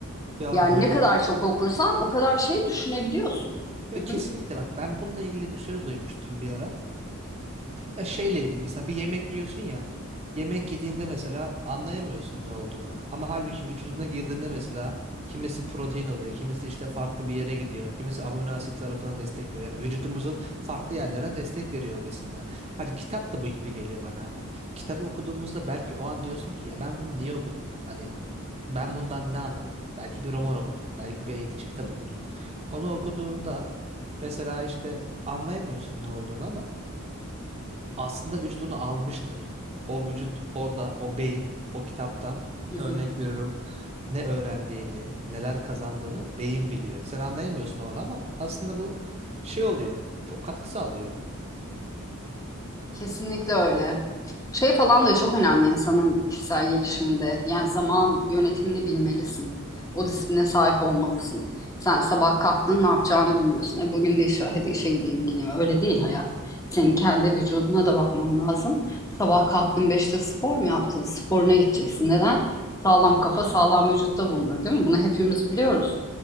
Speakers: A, on the right; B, on the left.
A: Ya
B: Yani
A: böyle
B: ne kadar çok okursan o kadar şey düşünebiliyorsun.
A: ya
B: Hı
A: kesinlikle
B: hı,
A: bak ben bununla ilgili bir söz duymuştum bir ara. Ya şeyle ilgili mesela bir yemek yiyorsun ya. Yemek yediğinde mesela anlayamıyorsun ne olduğunu. Ama halbuki vücuduna girdiğinde mesela kimisi protein oluyor, kimisi işte farklı bir yere gidiyor, kimisi amino asit tarafına destek veriyor. Yani vücudumuzun farklı yerlerine destek veriyor o besinler. Hani kitap da bu gibi geliyor bana hani. Kitabı okuduğumuzda belki o an diyorsun ki ya ben bunu niye okudum? Hani ben bundan ne anladım? Belki bir roman okudun, belki bir eğitici kitap okudun. Onu okuduğunda mesela işte anlayamıyorsun ne olduğunu ama aslında vücut onu almıştır. O vücut orada, o beyin, o kitaptan
B: hı
A: örnek
B: hı.
A: veriyorum ne öğrendiğini, neler kazandığını beyin biliyor. Sen anlayamıyorsun o an ama aslında bu şey oluyor. Çok katkı sağlıyor.
B: Kesinlikle öyle. Şey falan da çok önemli insanın kişisel gelişiminde. Yani zaman yönetimini bilmelisin. O disipline sahip olmalısın. Sen sabah kalktın ne yapacağını bilmiyorsun. E bugün de iş var hadi işe gideyim geleyim. Öyle değil hayat. Senin kendi vücuduna da bakman lazım. Sabah kalktın beşte spor mu yaptın? Sporuna gideceksin. Neden? Sağlam kafa sağlam vücutta bulunur değil mi? Bunu hepimiz biliyoruz.